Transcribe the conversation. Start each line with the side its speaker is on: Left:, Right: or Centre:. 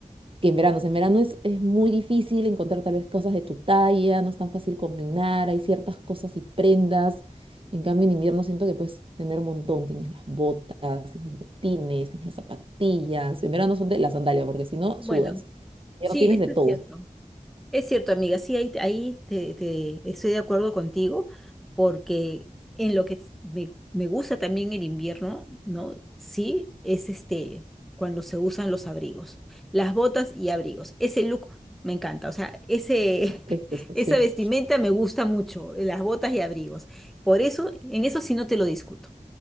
Right: que en verano. O sea, en verano es, es muy difícil encontrar tal vez cosas de tu talla, no es tan fácil combinar, hay ciertas cosas y prendas. En cambio, en invierno siento que puedes tener un montón. Tienes las botas, tienes los botines, tienes las zapatillas. En verano son de la sandalia, porque si no,
Centre: Bueno,
Right: sudas. Ya
Centre: sí,
Right: no tienes
Centre: eso
Right: de todo.
Centre: es cierto. Es cierto, amiga, sí, ahí, ahí te, te- estoy de acuerdo contigo, porque en lo que es- me, me gusta también el invierno, ¿no? Sí, es este, cuando se usan los abrigos, las botas y abrigos. Ese look me encanta, o sea, ese,
Right: Es precioso,
Centre: <laughs> esa
Right: sí.
Centre: vestimenta me gusta mucho, las botas y abrigos. Por eso, en eso sí no te lo discuto.